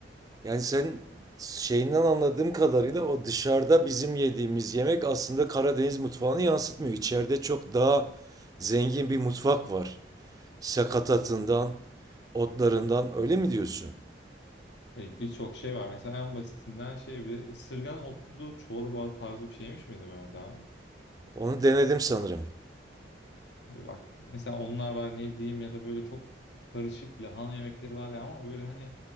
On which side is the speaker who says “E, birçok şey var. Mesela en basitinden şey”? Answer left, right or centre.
Left